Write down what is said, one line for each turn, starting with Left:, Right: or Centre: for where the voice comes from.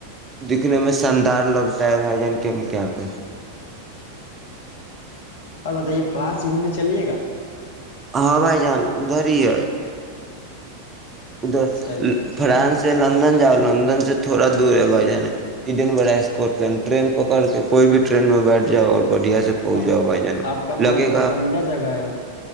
Right: دکھنے میں شاندار لگتا ہے بھائی جان کہ ہم کیا کریں
Left: اور بتائیے فرانس گھومنے چلیے گا
Right: ہاں بھائی جان ادھر ہی ہے ادھر
Left: چلیے ٹھیک
Right: فرانس
Left: ہے
Right: سے لندن جاؤ لا لن سے تھوڑا دور ہے بائی جاناڈین بڑ اسکٹ لینڈ ٹن پک کر کے کوئی بھی ٹرین میں بیٹھ جاؤ اور بڑھیا سے پہنچ
Left: آپ
Right: جاؤ بھائی جان
Left: آپ کا من
Right: لگے گا
Left: پسندیدہ
Right: آپ
Left: جگہ ہے وہ